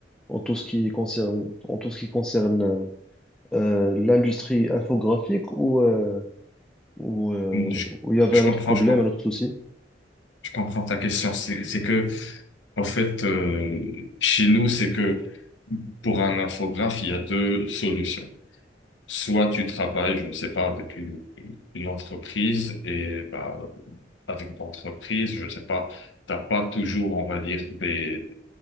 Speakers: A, in the centre; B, on the left.
A: en tout ce qui concerne, en tout ce qui concerne euh, euh, l'industrie infographique ou, euh, ou, euh,
B: Hum, Je,
A: ou il y avait
B: je
A: un
B: comprends,
A: autre problème,
B: je comprends,
A: un autre souci?
B: je comprends ta question. C'est, c'est que, en fait, euh, chez nous, c'est que pour un infographe, il y a deux solutions. Soit tu travailles, je sais pas, avec une, une entreprise et bah, avec ton entreprise, je sais pas, t'as pas toujours, on va dire, des,